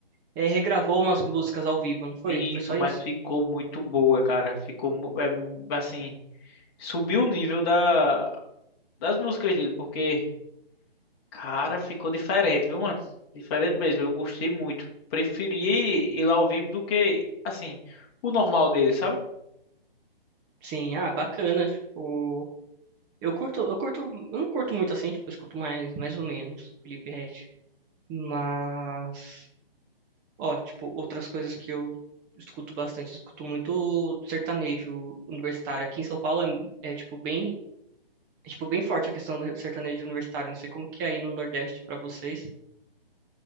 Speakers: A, on the right; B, on the left.
A: eh, regravou umas músicas ao vivo, não foi?
B: Isso,
A: Foi só
B: mas
A: isso?
B: ficou muito boa, cara. Ficou, mu- é, assim... subiu o nível da, das músicas dele, porque, cara, ficou diferente, viu, mano? Diferente mesmo, eu gostei muito. Preferi ir lá ao vivo do que, assim, o normal dele, sabe?
A: Sim, ah, bacana, tipo, eu curto, eu curto, eu não curto muito assim, tipo, eu escuto mais, mais ou menos, o Felipe Ret, mas, ó, tipo, outras coisas que eu escuto bastante, eu escuto muito sertanejo universitário, aqui em São Paulo é, é tipo, bem, é, tipo, bem forte a questão do sertanejo universitário, não sei como que é aí no Nordeste pra vocês,